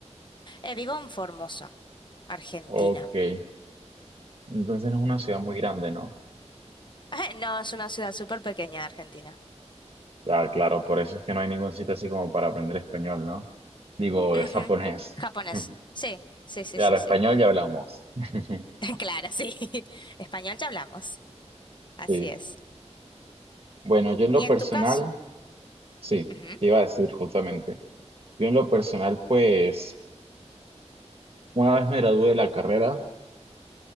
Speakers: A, on the left; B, on the right.
A: Eh, vivo en Formosa, Argentina.
B: ok. Entonces no es una ciudad muy grande, ¿no?
A: <laughs> No, es una ciudad súper pequeña de Argentina.
B: Ah, claro, por eso es que no hay ningún sitio así como para aprender español, ¿no? Digo,
A: Ujú.
B: es japonés.
A: Japonés.
B: <laughs>
A: Sí, sí, sí,
B: Claro,
A: sí,
B: español
A: sí.
B: ya hablamos. <laughs>
A: <laughs> Claro, sí. <laughs> Español ya hablamos. Así
B: Sí.
A: es.
B: Bueno, yo en lo
A: ¿Y en
B: personal,
A: tu caso?
B: sí,
A: Ujú,
B: te iba a decir justamente. Yo en lo personal, pues, una vez me gradué de la carrera,